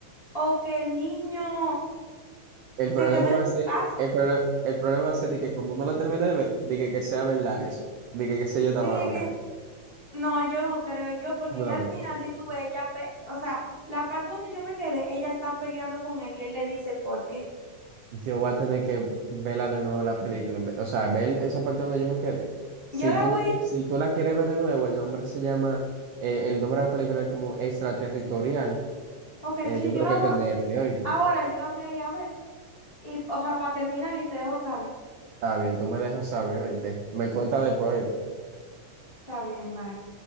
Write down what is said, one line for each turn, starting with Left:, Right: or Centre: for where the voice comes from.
Left: o que el niño
Right: El
Left: se
Right: problema
Left: quedó en
Right: va
Left: su
Right: a ser,
Left: casa.
Right: el problema, el problema va a ser de que cuando uno la termine de ver, de que, que sea verdad eso, de que, que sea yo estaba
Left: Dije
Right: loca.
Left: que- No, yo no creo yo, porque
Right: No,
Left: ya al final, si tú ves, ella, pe- o sea, la parte donde yo me quedé, ella está peleando con él y él le dice el por qué.
Right: yo voy a tener que verla de nuevo la película, en ver- o sea, ver esa parte donde yo me quedé. Si
Left: Yo la
Right: tú
Left: voy,
Right: no, si tú la quieres ver de nuevo, el nombre se llama, eh, el nombre de la película es como Extraterritorial,
Left: ok, entonces
Right: eh, yo creo
Left: yo la
Right: que
Left: voy,
Right: está en Netflix, ¿oíste?
Left: ahora yo la voy a ir a ver, y, o sea, para terminar y te dejo saber.
Right: Está bien, tú me dejas saber, ¿oíste? Me cuenta después, ¿oíste?
Left: Está bien, bye.